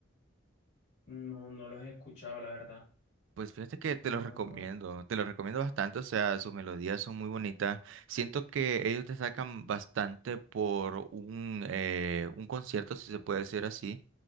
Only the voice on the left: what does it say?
No, no los he escuchado, la verdad.
No,
no.